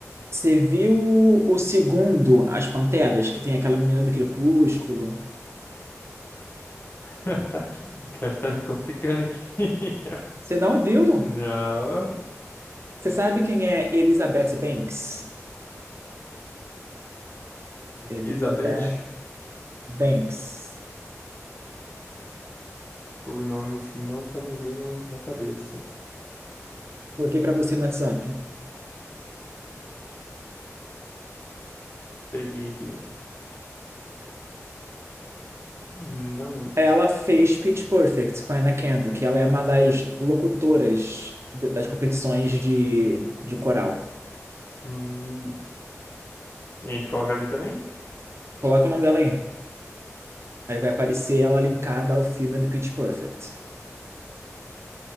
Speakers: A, on the right; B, on the left.
A: Você viu o segundo, As Panteras, que tem aquela menina do Crepúsculo?
B: <laughs> Cara, você tá me complicando aqui. <laughs>
A: Você não viu?
B: Não.
A: Você sabe quem é Elizabeth Banks? Elizabeth
B: Elizabeth,
A: Banks.
B: por nome assim, não tá me vindo na cabeça.
A: Coloquei pra você no WhatsApp.
B: Peguei aqui. Não muito.
A: Ela fez Pitch Perfect com a Anna Kendrick, que ela é uma das locutoras d- das competições de, de coral.
B: Hum, E a gente coloca ali também?
A: Coloca o nome dela aí. Aí vai aparecer ela linkada ao filme do Pitch Perfect.